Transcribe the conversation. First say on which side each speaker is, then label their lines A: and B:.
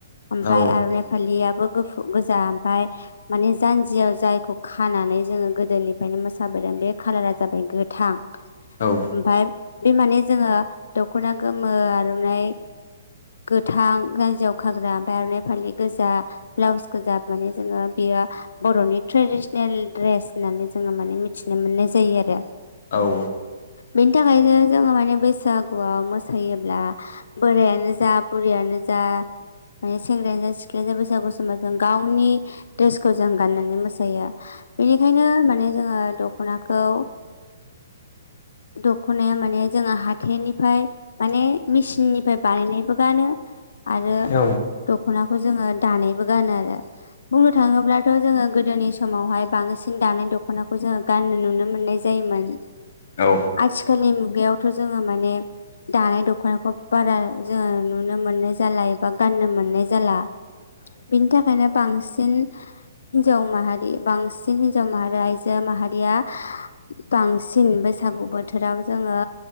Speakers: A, on the left (about 85°); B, on the left (about 45°).
A: ओमफाय
B: औ
A: आरनाइ फालियाबो गुफु गोजा ओमफ्राय माने जान्जियाव जायखौ खानानै जोङो गोदोनिफ्रायनो मोसाबोदों बे कालारा जाबाय गोथां।
B: औ
A: ओमफाय बे माने जोङो दख'ना गोमो आर'नाइ गोथां रायजोआव खाग्रा ओमफ्राय आर'नाइ फालि गोजा। ब्लाउसखौ गोजा माने जोङो बेयो बर'नि ट्रेडिसनेल ड्रेस होननानै जोङो माने मिथिनो मोननाय जायो आरो।
B: औ
A: बेनि थाखाय जोङो माने बैसागुआव मोसायोब्ला बोरायानो जा बुरियानो जा माने सेंग्रायानो जा सिख्लायानो जा बैसागु समबा जों गावनि द्रेसखौ जों गाननानै मोसायो। बेनिखायनो माने जोङो दख'नाखौ
B: <inaudible>
A: दखनाया माने जोङो हाथायनिफ्राय माने मेसिन निफ्राय बानायनायबो गानो आरो
B: औ
A: दख'नाखौ जोङो दानायबो गानो आरो। बुंनो थाङोब्लाथ' जोङो गोदोनि समावहाय बांसिन दानाय दख दखनाखौ जोङो गाननो नुनो मोननाय जायोमोन।
B: औ
A: आथिखालनि मुगायावथ' जोङो माने दानाय दख'ना बारा जोङो नुनो मोननाय जाला एबा गाननो मोननाय जाला बिनि थाखा खायनो बांसिन हिन्जाव माहारि बांसिन हिन्जाव माहारि आइजो माहारिया बांसिन बैसागु बोथोराव जोङो